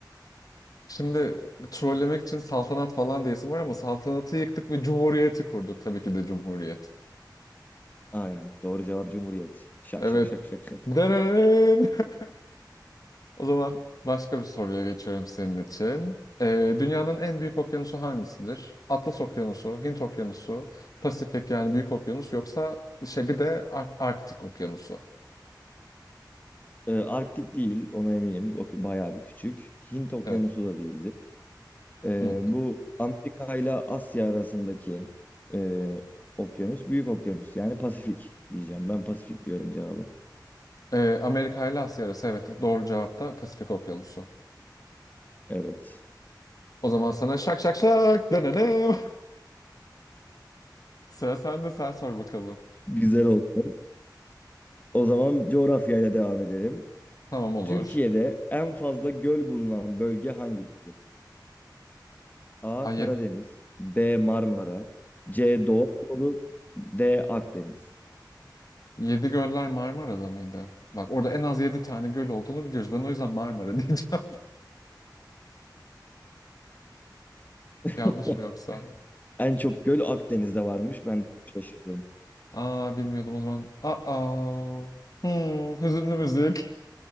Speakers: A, on the left (about 55°); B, on the left (about 25°).
A: Şimdi trollemek için saltanat falan diyesim var ama saltanatı yıktık ve cumhuriyeti kurduk. Tabii ki de cumhuriyet.
B: Aynen. Doğru cevap Cumhuriyet. Şak
A: Evet.
B: şak şak şak şak.
A: Denenem. <laughs> O zaman başka bir soruya geçiyorum senin için. Ee, dünyanın en büyük okyanusu hangisidir? Atlas Okyanusu, Hint Okyanusu, Pasifik yani Büyük Okyanus yoksa şey bir de Ar- Arktik Okyanusu.
B: Ee, Arktik değil ona eminim. O bayağı bir küçük. Hint Okyanusu
A: Evet.
B: da değildi. Ee,
A: Hı hı.
B: bu Amerika ile Asya arasındaki e, okyanus, büyük okyanus yani Pasifik diyeceğim. Ben Pasifik diyorum cevabı.
A: Ee, Amerika ile Asya arası evet doğru cevap da Pasifik Okyanusu.
B: Evet.
A: O zaman sana şak şak şak denelim. <laughs> Sıra sende sen sor bakalım.
B: Güzel oldu. O zaman coğrafyayla devam edelim.
A: Tamam olur.
B: Türkiye'de en fazla göl bulunan bölge hangisidir? A.
A: Ay,
B: Karadeniz
A: yedi,
B: B. Marmara C. Doğu Anadolu D. Akdeniz
A: yedi göller Marmara'da mıydı? Bak orada en az yedi tane göl olduğunu biliyoruz. Ben o yüzden Marmara <laughs> diyeceğim. Yanlış
B: <laughs>
A: mı yoksa?
B: En çok göl Akdeniz'de varmış. Ben şaşırdım.
A: Aa bilmiyordum o zaman. Aa. Hmm, hüzünlü müzik.